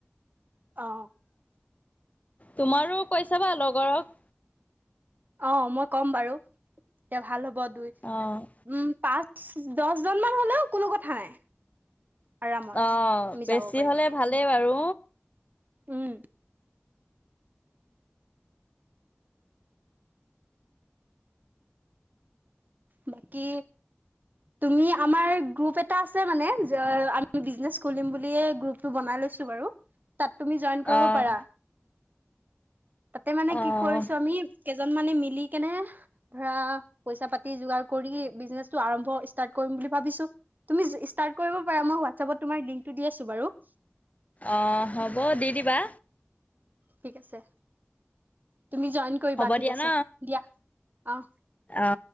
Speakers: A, on the right; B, on the left.
A: অ
B: তোমাৰো কৈছাবা লগৰক
A: অ মই ক'ম বাৰু এতিয়া ভাল হ'ব দুই
B: অঁ
A: উম পাঁচ দহজনমানান হলেও কোনো কথা নাই আৰামত
B: অঁ
A: আমি যাব
B: বেছি
A: পাৰিম
B: হ'লে ভালেই বাৰু
A: উম বাকী তুমি আমাৰ গ্ৰুপ এ আছে মানে আমিনে খ গ্ৰ বনাই লৈছো বাৰু তাত তুমি জইন কৰিব
B: অ'।
A: পাৰা তাতে মানে
B: অ',
A: কি কৰিছো আমি কেইজন মানে মিলি কেনে ধৰা পইচা পাতি যোগাৰ কৰি বিজনেছটো আৰম্ভ ষ্টাৰ্ট কৰিম বুলি ভাবিছো তুমি ষ্টাৰ্ট কৰিব পাৰা মই হোৱাটছএপত তোমাৰ লিংকটো দি আছো বাৰু
B: অঁ হ'ব দি দিবা
A: ঠিক আছে তুমি জইন কৰিবা
B: হ'ব
A: ঠিক
B: দিয়া
A: আছে
B: ন
A: দিয়া অ
B: অ